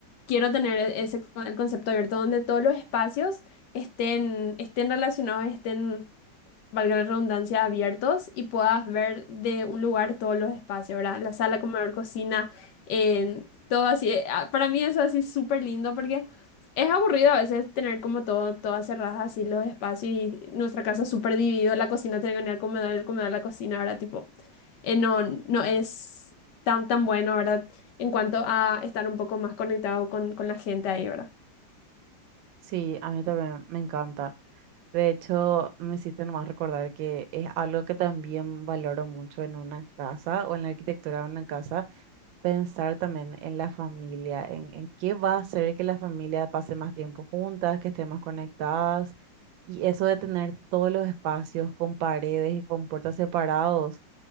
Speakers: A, on the left (about 70°); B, on the right (about 80°).
A: quiero tener ese el concepto abierto donde todos los espacios estén, estén relacionados, estén valga la redundancia, abiertos y puedas ver de un lugar todos los espacios, ¿verdad? La sala, comedor, cocina, en todo así. Eh, ah, Para mí eso así súper lindo porque es aburrido a veces tener como todo, todas cerradas así los espacios y nuestra casa súper dividida, la cocina tiene que venir al comedor, el comedor a la cocina, ¿verdad? Tipo, eh, no, no es tan, tan bueno, ¿verdad? En cuanto a estar un poco más conectado con, con la gente ahí, ¿verdad?
B: sí, a mí también me encanta. De hecho, me hiciste nomás recordar que es algo que también valoro mucho en una casa o en la arquitectura de una casa pensar también en la familia, en, en qué va a hacer que la familia pase más tiempo juntas, que estén más conectadas. Y eso de tener todos los espacios con paredes y con puertas separados,